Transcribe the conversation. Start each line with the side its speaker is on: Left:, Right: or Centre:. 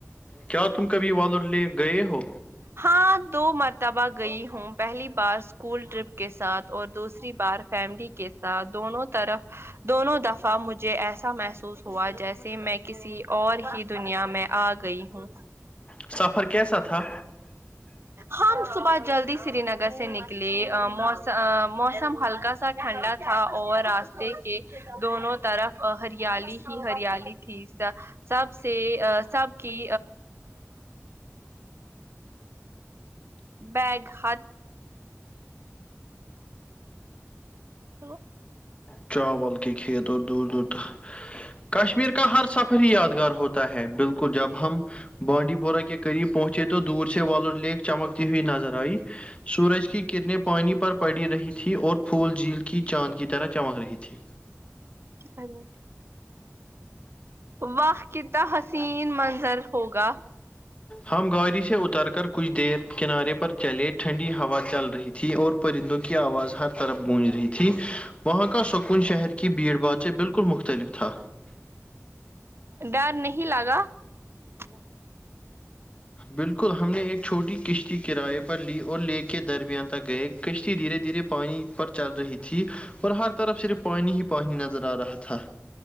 Left: کیا تم کبھی والر لے گئے ہو
Right: ہاں دو مرتبہ گئی ہوں پہلی بار اسکول ٹرپ کے ساتھ اور دوسری بار فیملی کے ساتھ دونوں طرف دونوں دفعہ مجھے ایسا محسوس ہوا جیسے میں کسی اور ہی دنیا میں آ گئی ہوں
Left: سفر کیسا تھا
Right: ہم صبح جلدی سری نگر سے نکلے موسم موسم ہلکا اٹھنڈا تھا اور راستے کے دونوں طرف ہریالی ہی ہریالی تھی سب سے سب کی بیگ ہات تو
Left: چاول کے کھیت اور دور دور تک کشمیر کا ہر سفر ہی یادگار ہوتا ہے بالکل جب ہم بانڈی پورہ کے قریب پہنچے تو دور سے ولور لیک چمکتی ہوئی نظر آئی سورج کی کرنیں پانی پر پڑی رہی تھی اور پھول جھیل کی چاند کی طرح چمک رہی تھی
Right: کات بولتی ہے وق کتنا حسین منظر ہوگا
Left: ہم گاڑی سے اتر کر کچھ دیر کنارے پر چلے ٹھنڈی ہوا چل رہی تھی اور پرندوں کی کی آواز ہر طرف گونج رہی تھی وہاں کا سکون شہر کی بھیڑ بھڑ سے بالکل مختلف تھا
Right: ڈر نہیں لگا <inaudible>
Left: بالکل ہم نے ایک چھوٹی کش کی کرای پر لی اور کے درمیان تک گئے کشتی دھیرے دھیرے پانی پر چل رہی تھی اور ہر طرف صرف پانی ہی پانی نظر آ رہا تھا